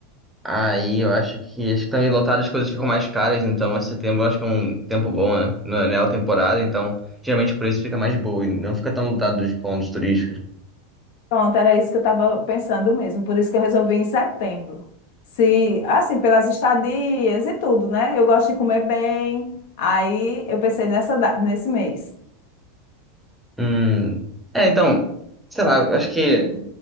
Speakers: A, in the centre; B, on the left.
A: Aí eu acho que, acho que também lotado as coisas ficam mais caras, então esse setembro eu acho que é um tempo bom, né? Não é alta temporada, então geralmente o preço fica mais de boa e não fica tão lotado dos pontos turísticos.
B: Pronto, era isso que eu estava pensando mesmo. Por isso que eu resolvi em setembro. Se assim pelas estadias e tudo, né? Eu gosto de comer bem. Aí eu pensei nessa da- nesse mês.
A: Hum, é, então, sei lá, eu acho que